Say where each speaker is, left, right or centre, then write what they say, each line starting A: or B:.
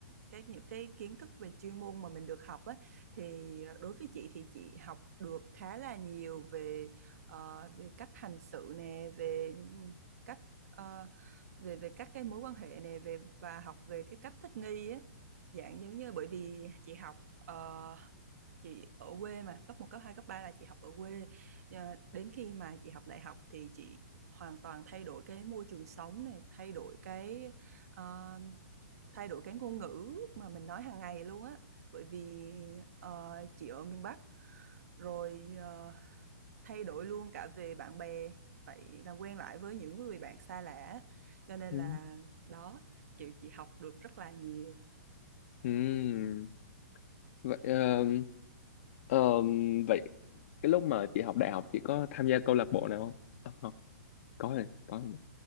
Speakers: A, on the right; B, on the left.
A: cái những cái kiến thức về chuyên môn mà mình được học á thì à, đối với chị thì chị học được khá là nhiều về ờ, về cách hành sự nè, về cách ờ, về về các cái mối quan hệ nè, về và học về cái cách thích nghi á. Dạng giống như bởi vì chị học ờ, chị ở quê mà cấp một cấp hai cấp 3 là chị học ở quê Ờ, đến khi mà chị học đại học thì chị hoàn toàn thay đổi cái môi trường sống này thay đổi cái ờ, thay đổi cái ngôn ngữ mà mình nói hàng ngày luôn á bởi vì ờ, chị ở miền Bắc rồi ờ, thay đổi luôn cả về bạn bè phải làm quen lại với những người bạn xa lạ cho nên
B: Ừ.
A: là đó kiểu chị học được rất là nhiều
B: Ừ. Vậy ờ, ờ, vậy cái lúc mà chị học đại học chị có tham gia câu lạc bộ nào không? Ờ, học có rồi, có rồi.